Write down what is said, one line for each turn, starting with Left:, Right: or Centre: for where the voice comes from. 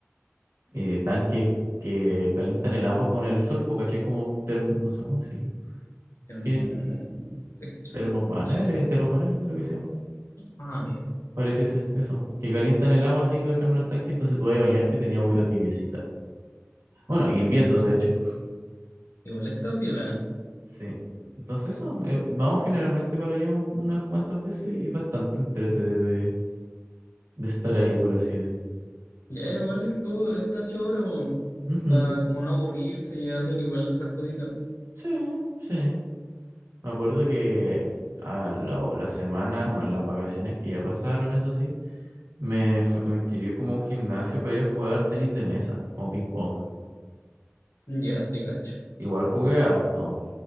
Right: eh, tanques que calientan el agua con el sol, porque caché como termo- no sé cómo decirlo.
Left: Termo-
Right: Tiene
Left: Electro,
Right: termopaneles,
Left: no sé.
Right: termopaneles creo que se llaman.
Left: Ah, ya.
Right: Pareciese eso, que calientan el agua así y lo dejan en un estanque, entonces tú vas a bañarte y tenías agüita tibiecita. Bueno, hirviendo,
Left: Ya, es-
Right: de hecho.
Left: igual está piola.
Right: Sí. Entonces eso, eh, vamos generalmente para allá un- unas cuantas veces y bastante entrete de, de- de estar ahí, por así decir.
Left: Ya, igual estuvo, está choro,
Right: Ujú.
Left: para como no aburrirse y hacer igual hartas cositas.
Right: Sí, sí. Me acuerdo que a la, la semana, bueno, las vacaciones que ya pasaron, eso sí, me, fu- me inscribí como a un gimnasio para ir a jugar tenis de mesa, como ping pong.
Left: Ya, te cacho.
Right: Igual jugué harto.